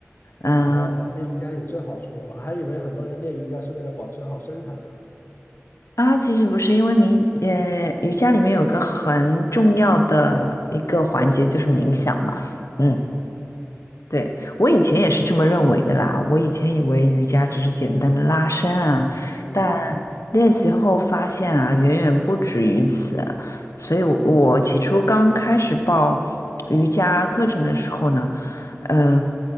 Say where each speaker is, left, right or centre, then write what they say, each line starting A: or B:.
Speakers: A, on the left; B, on the left.
A: 嗯
B: 哦，练瑜伽有这好处，我还以为很多人练瑜伽是为了保持好身材呢。
A: 啊，其实不是，因为冥，呃，瑜伽里面有个很重要的一个环节就是冥想嘛，
B: 哦，
A: 嗯，对，我以前也是这么认为的啦。我以前以为瑜伽只是简单的拉伸啊，
B: 嗯
A: 但练习后发现啊，远远不止于此。所以我，我起初刚开始报瑜伽课程的时候呢，呃，